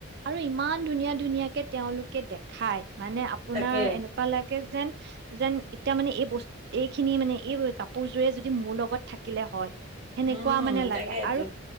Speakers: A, on the right; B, on the right.
A: আৰু ইমান ধুনীয়া ধুনীয়াকে তেওঁলোকে দেখায়। মানে আপোনাৰ
B: তাকে
A: এনেকুৱা লাগে যেন যেন এতিয়া মানে এই বস্তু এইখিনি মানে এই কাপোৰযোৰে যদি মোৰ লগত থাকিলে হয় সেনেকুৱা
B: উম
A: মানে লাগে
B: তাকেটো
A: আৰু